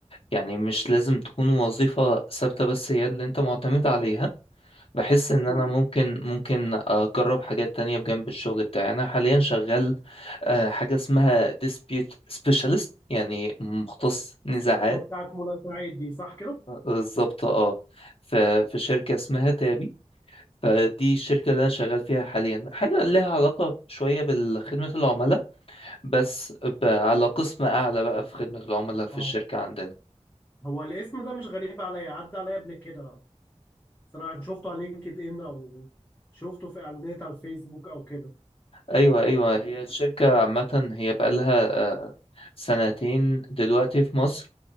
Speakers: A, on the left; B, on the left.
A: يعني مش لازم تكون وظيفة ثابتة بس هي اللي انت معتمد عليها بحس
B: اكيد
A: ان انا ممكن ممكن اجرب حاجات تانية بجنب الشغل بتاعي انا حاليا شغال آه، حاجة اسمها dispute specialist يعني مختص نزاعات
B: ما بتاعت منى سعيد دي صح كده
A: بالظبط اه ف- في شركة اسمها تابي فدي الشركة اللي أنا شغال فيها حاليا حاجة لها علاقة شوية بخدمة العملاء بس ب- على قسم أعلى بقى في خدمة العملاء في
B: اه
A: الشركة عندنا
B: هو الاسم ده مش غريب عليا عدى عليا قبل كده صراحة شفته على لينكد ان او شفته في اعلانات على الفيسبوك او كده
A: أيوة أيوة هي الشركة عامة هي بقالها آه، سنتين دلوقتي في مصر